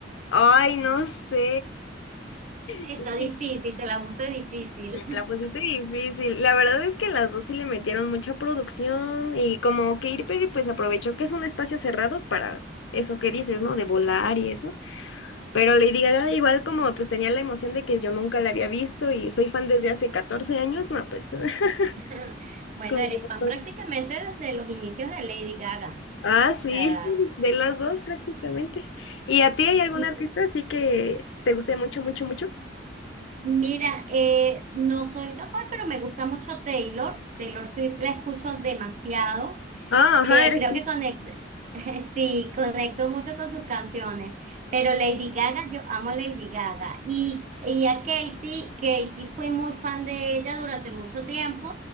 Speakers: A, on the left (about 80°); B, on the right (about 40°).
A: Ay, no sé. <laughs>
B: Está
A: Es
B: difícil,
A: que
B: te la puse difícil.
A: Sí, me la pusiste difícil. La verdad es que las dos sí le metieron mucha producción y como que Katy Perry pues aprovechó que es un espacio cerrado para eso que dices, ¿no? De volar y eso. Pero Lady Gaga igual como pues tenía la emoción de que yo nunca la había visto y soy fan desde hace catorce años, no, pues <laughs>
B: <laughs> Bueno,
A: con
B: eres
A: razón.
B: fan prácticamente desde los inicios de Lady Gaga.
A: Ah,
B: O
A: sí,
B: sea,
A: de las dos prácticamente. ¿Y a ti hay algún
B: mi-
A: artista así que te guste mucho, mucho, mucho?
B: mira, eh, no soy tan de pero me gusta mucho Taylor. Taylor Swift la escucho demasiado.
A: Ah,
B: Eh,
A: ajá, eres...
B: creo que conecto, <laughs> sí, conecto mucho con sus canciones, pero Lady Gaga, yo amo Lady Gaga y, y a Katy, Katy fui muy fan de ella durante mucho tiempo,